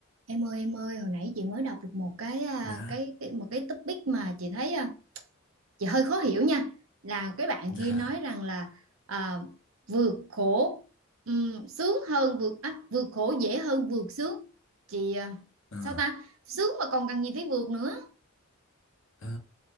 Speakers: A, on the right; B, on the left.
A: Em ơi em ơi, hồi nãy chị mới đọc được một cái à,
B: dạ
A: cái, cái một cái topic mà chị thấy à, chị hơi khó hiểu nha. Là cái bạn
B: dạ
A: kia nói rằng là à, vượt khổ ừm, sướng hơn vượt à, vượt khổ dễ hơn vượt sướng. Chị à,
B: ờ
A: sao ta? Sướng mà còn cần gì phải vượt nữa.
B: ờ